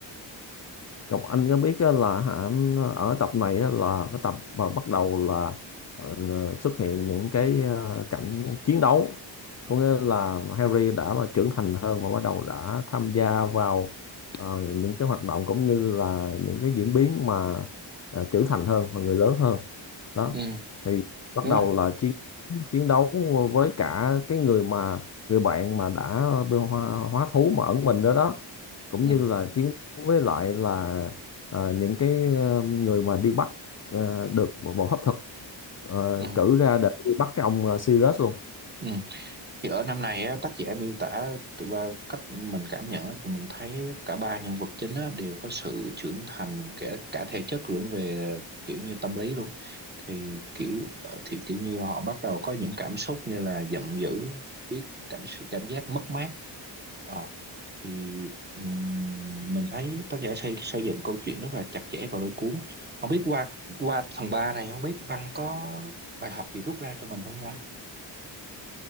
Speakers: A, on the left; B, on the right.
A: Ngọc Anh có biết á là hả, ở tập này á là cái tập mà bắt đầu là ờ, xuất hiện những cái ờ, cảnh chiến đấu có nghĩa là Harry đã là trưởng thành hơn và bắt đầu đã tham gia vào ờ, những cái hoạt động cũng như là những cái diễn biến mà ờ, trưởng thành hơn và người lớn hơn đó
B: ừ,
A: thì bắt
B: đúng
A: đầu
B: rồi
A: là chiến chiến đấu với cả cái người mà người bạn mà đã bị hóa, hóa thú mà ẩn mình đó đó cũng
B: ừ,
A: như là chiến với lại là ờ, những cái ờ, người mà đi bắt ờ, được bộ hấp thực ờ,
B: ừ,
A: cử ra để đi bắt cái ông ờ, Sirius luôn
B: ừ. thì ở năm này á, tác giả miêu tả tụi ba cách mình cảm nhận á, thì mình thấy cả ba nhân vật chính á, đều có sự trưởng thành kể cả thể chất lẫn về kiểu như tâm lý luôn thì kiểu ờ, thì kiểu như họ bắt đầu có những cảm xúc như là giận dữ biết cảm cảm giác mất mát Ờ, thì ừm, mình thấy tác giả xây xây dựng câu chuyện rất là chặt chẽ và lôi cuốn không biết qua qua phần 3 này không biết Văn có bài học gì rút ra cho mình không ha